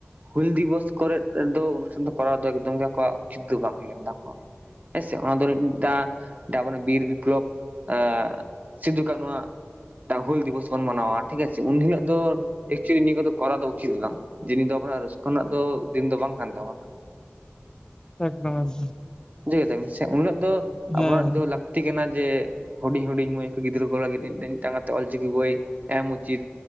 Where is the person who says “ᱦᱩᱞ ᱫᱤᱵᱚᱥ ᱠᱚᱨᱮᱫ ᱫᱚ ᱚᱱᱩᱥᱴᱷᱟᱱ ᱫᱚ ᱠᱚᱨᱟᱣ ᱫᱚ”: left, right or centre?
Right